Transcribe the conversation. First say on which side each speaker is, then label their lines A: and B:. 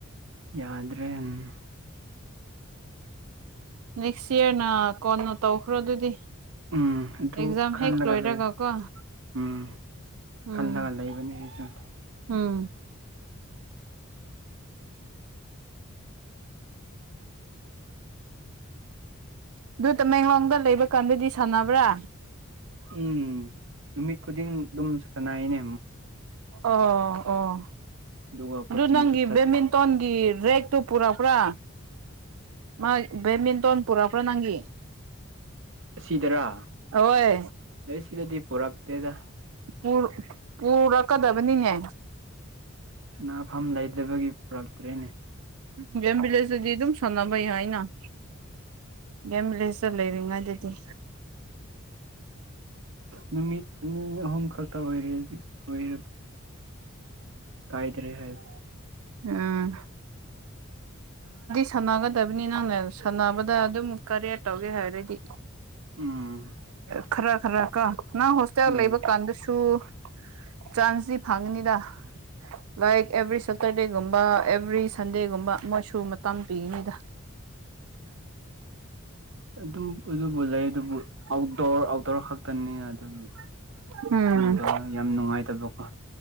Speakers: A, on the right; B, on the right.
A: ꯌꯥꯗ꯭ꯔꯦ ꯎꯝ
B: ꯅꯦꯛꯁ ꯏꯌꯔ ꯅ ꯀꯣꯟꯅ ꯇꯧꯈ꯭ꯔꯣ ꯑꯗꯨꯗꯤ
A: ꯎꯝ ꯑꯗꯨ
B: ꯑꯦꯛꯖꯥꯝ
A: ꯈꯜꯂꯒ
B: ꯍꯦꯛ ꯂꯣꯏꯔꯒꯀꯣ
A: ꯂꯩ ꯎꯝ
B: ꯎꯝ
A: ꯈꯜꯂꯒ ꯂꯩꯕꯅꯦ ꯑꯩꯁꯨ
B: ꯎꯝ ꯑꯗꯨ ꯇꯃꯦꯡꯂꯣꯡꯗ ꯂꯩꯕ ꯀꯥꯟꯗꯗꯤ ꯁꯥꯟꯅꯕ꯭ꯔꯥ
A: ꯎꯝ ꯅꯨꯃꯤꯠ ꯈꯨꯗꯤꯡ ꯑꯗꯨꯝ ꯁꯥꯟꯅꯥꯏꯅꯦ
B: ꯑꯣ ꯑꯣ
A: ꯑꯗꯨꯒ
B: ꯑꯗꯨ
A: ꯀꯣꯆꯤꯡꯁꯨ
B: ꯅꯪꯒꯤ
A: ꯆꯠ
B: ꯕꯦꯠꯃꯤꯟꯇꯣꯟꯒꯤ ꯔꯦꯠ ꯇꯨ ꯄꯨꯔꯛꯄ꯭ꯔꯥ ꯃꯥ ꯕꯦꯠꯃꯤꯟꯇꯣꯟ ꯄꯨꯔꯛꯄ꯭ꯔꯥ ꯅꯪꯒꯤ
A: ꯑꯁꯤꯗꯔꯥ
B: ꯍꯣꯏ
A: ꯁꯤꯗ ꯄꯨꯔꯛꯇꯗ
B: ꯄꯨ ꯄꯨꯔꯛꯀꯗꯕꯅꯤꯅꯦ
A: ꯁꯅꯐꯝ ꯂꯩꯗꯕꯒꯤ ꯄꯨꯔꯛꯇ꯭ꯔꯦꯅꯦ
B: ꯎ ꯦꯝꯕꯤ ꯂꯩꯁꯨꯗꯤꯗꯨ ꯁꯣꯅꯥꯕꯥꯩ ꯍꯥꯏꯅ ꯒꯦꯝꯂꯁꯨ ꯂꯩꯔꯤꯉꯥꯏ ꯑꯗꯨꯗꯤ
A: ꯅꯨꯃꯤꯠꯅꯤ ꯑꯍꯨꯝ ꯈꯛꯇ ꯑꯣꯏꯔꯦꯗꯤ ꯑꯣꯏ ꯀꯥꯏ ꯇꯔꯦ ꯍꯥꯏꯕ
B: ꯑꯥ ꯁꯥꯟꯅꯒꯗꯕꯅꯤ ꯅꯪꯅꯦ ꯁꯥꯟꯅꯕꯗ ꯑꯗꯨꯝ ꯀꯔꯤꯌꯔ ꯇꯧꯒꯦ ꯍꯥꯏꯔꯗꯤ
A: ꯎꯝ
B: ꯈꯔ ꯈꯔ ꯀ ꯅꯪ ꯍꯣꯁꯇꯦꯜ
A: ꯎꯝ
B: ꯂꯩꯕ ꯀꯥꯟꯗꯁꯨ ꯆꯥꯟꯁꯇꯗꯤ ꯐꯪꯉꯅꯤꯗ ꯂꯥꯏꯛ ꯑꯦꯕ꯭ꯔꯤ ꯁꯦꯇꯔꯗꯦꯒꯨꯝꯕ ꯑꯦꯕ꯭ꯔꯤ ꯁꯟꯗꯦꯒꯨꯝꯕꯣꯏ ꯁꯨ ꯃꯇꯝ ꯄꯤꯅꯤꯗ
A: ꯑꯗꯨꯝ ꯑꯗꯨꯕꯨ ꯂꯩ ꯑꯗꯨꯕꯨ ꯑꯥꯎꯠꯗꯣꯔ ꯑꯥꯎꯠꯗꯣꯔ ꯈꯛꯇꯅꯤ ꯑꯗꯨꯒꯤꯅꯕ
B: ꯎꯝ
A: ꯌꯥꯝ ꯅꯨꯡꯉꯥꯏꯇꯕꯀꯣ